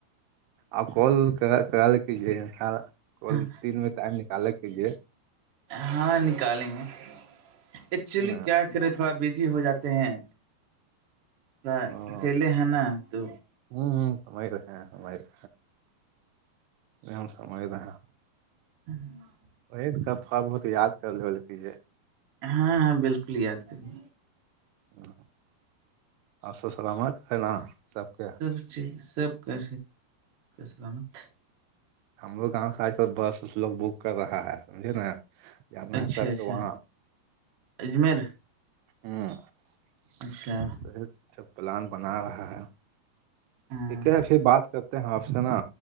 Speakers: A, on the right; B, on the right.
A: آ کال کر کرال کی ج خالا <unintelligible> کل
B: ہاں
A: تین میں ٹائم نکالے کیجے
B: ہاں نکالیں گے ایکچولی
A: نا
B: کیا ے تھوڑا بزی ہو جاتے ہیں تھوڑا
A: ہوں
B: اکیلے ہیں نا تو
A: ہوں ہ سم رہ سم رہ مم سم رہ ہ <unintelligible>
B: <inaudible>
A: وہی تھوڑا بہت یاد کر لول کیی
B: ہاں ہاں بالکل یاد کریں
A: ہ اور سسرامت ہے نا سب کے
B: سب چیز سب کا سلامت <unintelligible>
A: ہمرو گاؤں س س بس اس لوگ بک کر رہا ہے سمجے نا اپنا
B: اچھا
A: سب
B: اچھا
A: کے وہاں
B: اجمیر
A: <unintelligible> ہ
B: اچھا
A: سب پلان بنا رہا ہے
B: ہاں
A: ٹھیک ہے پھر بات کرتے ہیں آپ سے نا